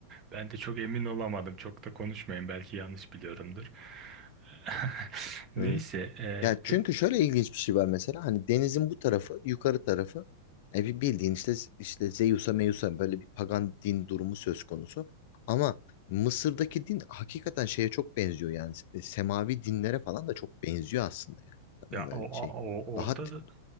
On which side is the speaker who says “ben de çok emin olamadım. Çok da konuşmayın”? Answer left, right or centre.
Right